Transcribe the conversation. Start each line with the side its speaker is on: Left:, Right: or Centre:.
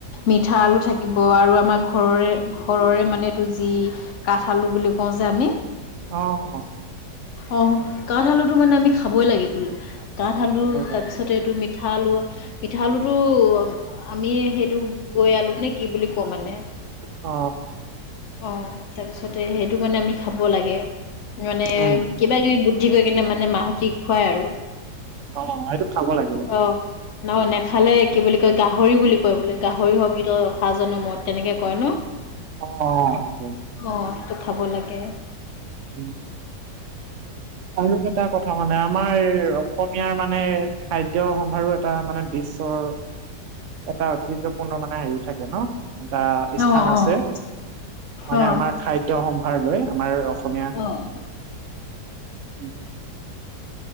Left: মিঠা আলু থাকিব আৰু আমাৰ ঘৰৰে ঘৰৰে মানে এইটো যি কাঠ আলু বুলি কওঁ যে আমি
Right: অহ
Left: অহ কাঠ আলুটো মানে আমি খাবই লাগে বোলে কাঠ আলু
Right: খাব লাগে।
Left: তাৰপিছতে এইটো মি মিঠা আলু মিঠা আলুটো আমি সেইটো গৈ আলু নে কি বুলি কওঁ মানে
Right: অ
Left: অহ তাৰপিছতে সেইটো মানে আমি খাব লাগে মানে
Right: উম,
Left: কিবা কিবি বুদ্ধি কৰি কিনে মানে মাহঁতে খুৱাই আৰু
Right: অ', সেইটো খাব লাগিব,
Left: অহ অ নেখালে কি বুলি কয় গাহৰি হবি বুলি কয় বোলে গাহৰি হবি তই অহা জনমত তেনেকে কয় ন
Right: অ অ হয়
Left: অহ সেইটো খাব লাগে
Right: উম আৰু এটা কথা মানে আমাৰ অসমীয়াৰ মানে খাদ্য সম্ভাৰো এটা মানে বিশ্বৰ এটা ঐতিহ্যপূৰ্ণ মানে হেৰি থাকে ন এটা
Left: অ',
Right: স্থান আছে
Left: অ',
Right: মানে
Left: অ',
Right: আমাৰ খাদ্য সম্ভাৰ লৈ আমাৰ অসমীয়া
Left: অহ
Right: উম